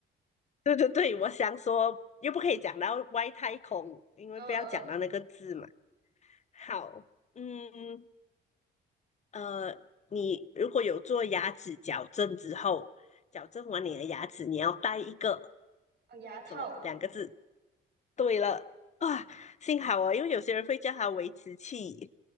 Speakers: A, on the left; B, on the right.
A: 对对对，我想说又不可以讲到外太空，因为不要讲到那个字嘛。
B: <laughs> 嗯嗯，
A: 好，嗯呃，你如果有做牙齿矫正之后，矫正完你的牙齿，你要带一个
B: 哦牙套，
A: 什么两个字？对了，啊，幸好哦，因为有些人会叫它维持器。